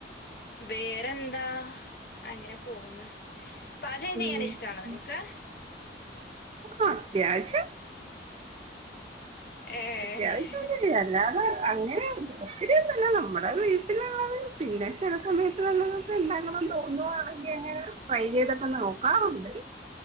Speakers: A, on the left; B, on the right.
A: വേറെന്താ അങ്ങനെ പോകന്ന് പാചകം ചെയ്യാൻ
B: ഉം
A: ഇഷ്ടണോ നിങ്ങക്ക്
B: ഉം ആ അത്യാവശ്യം
A: ഏഹ്
B: അത്യാവശ്യം ചെയ്യും അല്ലാതെ അങ്ങനെയ ഒത്തിരി ഒന്നല്ല നമ്മുടെ വീട്ടിലുള്ളത് പിന്നെ ചെില സമയത്ത്ള്ളതൊക്കെ ഉണ്ടക്കണം തോന്നുവാണെങ്കിൽ അങ്ങനെ ട്രൈ ചെയ്തൊക്കെ നോക്കാറുണ്ട്